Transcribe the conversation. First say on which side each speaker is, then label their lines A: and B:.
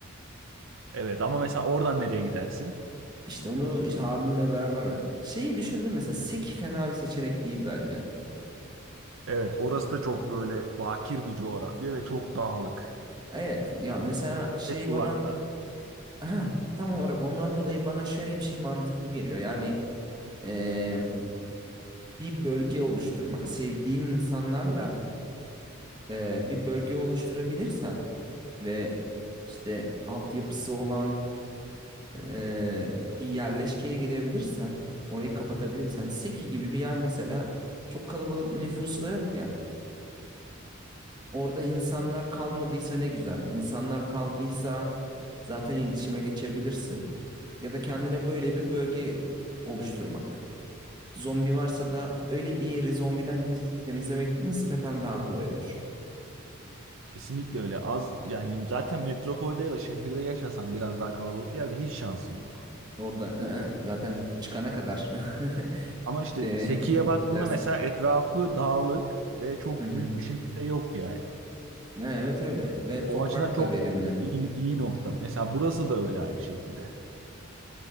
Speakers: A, on the right; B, on the right.
A: Evet ama mesela oradan nereye gidersin?
B: İşte onu işte abimle beraber mi? Şeyi düşündüm mesela sek fena bir seçenek değil bence.
A: Evet orası da çok böyle bakir bir coğrafya ve çok dağlık.
B: Evet ya mesela şey
A: Ve sulakta.
B: bana ha tam olarak ondan dolayı bana şöyle bir şey mantıklı geliyor. Yani eee, bir bölge oluşturmak sevdiğin insanlarla eee, bir bölge oluşturabilirsen ve işte altyapısı olan eee, bir yerleşkeye gidebilirsen orayı kapatabilirsen Seki gibi bir yer mesela çok kalabalık nüfusu da yok ya. Orada insanlar kalmadıysa ne güzel. İnsanlar kaldıysa zaten iletişime geçebilirsin. Ya da kendine böyle bir bölge oluşturmak. Zombi varsa da öyle bir yeri zombiden tez- temizlemek nispeten daha kolay olur.
A: Kesinlikle öyle. Az yani zaten metropolde ya da şehirde yaşasan biraz daha kalabalık yerde hiç şansın yok.
B: Orada "Ee, zaten çıkana kadar
A: Ama
B: <laughs>
A: işte
B: e,
A: Seki'ye
B: <laughs>
A: Evet. baktığında
B: gidersin.
A: mesela etrafı dağlık ve çok
B: Hı hı.
A: büyük bir şehirde yok yani.
B: Ha, evet öyle ve toprak
A: O açıdan çok
B: da verimli.
A: iyi, iyi nokta. Mesela burası da öyle aynı şekilde.